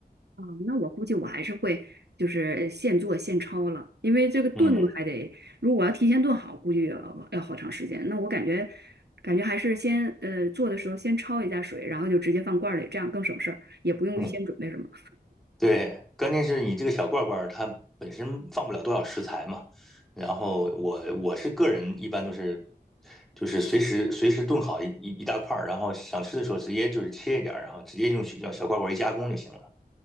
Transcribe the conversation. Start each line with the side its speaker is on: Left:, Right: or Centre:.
Right: 啊，那我估计我还是会就是现做现焯了，因为这个炖还得，
Centre: 嗯
Right: 如果要提前炖好，估计要要好长时间。那我感觉感觉还是先呃做的时候先焯一下水，然后就直接放罐儿里，这样更省事儿，也不用预先准备什么。
Centre: 嗯，对，关键是你这个小罐罐儿它本身放不了多少食材嘛，然后我我是个人一般都是就是随时随时炖好一一一大块儿，然后想吃的时候直接就是切一点儿，然后直接用小小罐罐儿一加工就行了。